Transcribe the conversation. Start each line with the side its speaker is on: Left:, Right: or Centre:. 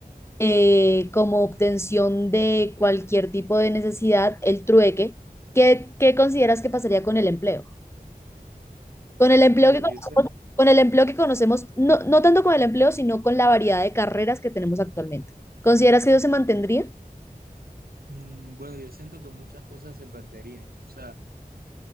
Left: eh, como obtención de cualquier tipo de necesidad, el trueque, ¿qué, qué consideras que pasaría con el empleo? Con el empleo
Right: Bueno,
Left: que conocemos,
Right: yo siento,
Left: con el empleo que conocemos, no, no tanto con el empleo, sino con la variedad de carreras que tenemos actualmente. ¿Consideras que eso se mantendría?
Right: bueno, yo siento que muchas cosas se perderían. O sea,